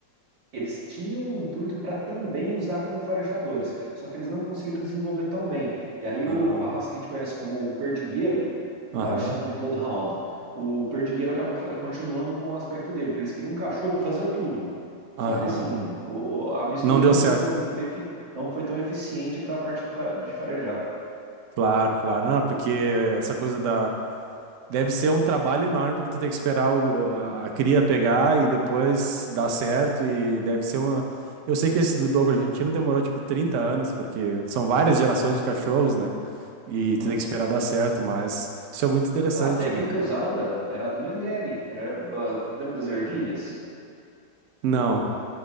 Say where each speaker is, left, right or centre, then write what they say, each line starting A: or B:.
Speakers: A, on the right; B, on the right.
A: Eles tinham um intuito para também usar como farejadores, só que eles não conseguiram desenvolver tão bem. E aí
B: Ah,
A: o- a raça que a gente conhece como o perdigueiro,
B: aham,
A: lá eles chamam de Bloodhound. O perdigueiro acabou fa- continuando com o aspecto dele, porque eles queriam um cachorro para fazer tudo.
B: aham,
A: Só que assim, o- a mistura
B: não deu
A: não
B: certo.
A: foi tão, efi- não foi tão eficiente para a parte do fa- de farejar.
B: Claro, claro, não, porque essa coisa da, Deve ser um trabalho enorme, porque tu tem que esperar o- a, a cria pegar e depois dar certo. E deve ser uma. Eu sei que esse do Dogo argentino demorou tipo 30 anos, porque são várias gerações de cachorros, né? E tu
A: Hum?
B: tem que esperar dar certo, mas isso é muito interessante,
A: Ah, a técnica
B: né?
A: usada era a do Mengele, que era, ah, lembra das ervilhas?
B: Não,